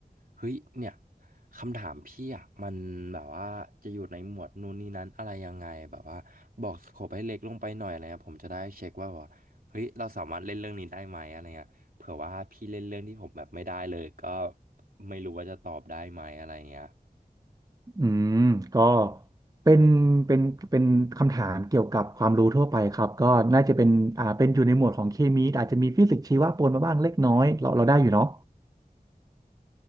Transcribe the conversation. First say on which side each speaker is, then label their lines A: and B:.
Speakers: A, on the right (about 60°); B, on the right (about 25°).
A: เฮ้ยเนี่ยคำถามพี่อ่ะมันแบบว่าจะอยู่ในหมวดนู่นนี่นั้นอะไรยังไงแบบว่าบอกสโคปให้เล็กลงไปหน่อยอะไรเงี้ยผมจะได้เช็คว่าแบบว่าเฮ้ยเราสามารถเล่นเรื่องนี้ได้ไหมอะไรเงี้ยเผื่อว่าพี่เล่นเรื่องที่ผมแบบไม่ได้เลยก็ไม่รู้ว่าจะตอบได้ไหมอะไรเงี้ย
B: อืมก็เป็นเป็นเป็นคำถามเกี่ยวกับความรู้ทั่วไปครับก็น่าจะเป็นอ่าเป็นอยู่ในหมวดของเคมีอาจจะมีฟิสิกส์ชีวะปนมาบ้างเล็กน้อยเราเราได้อยู่เนาะ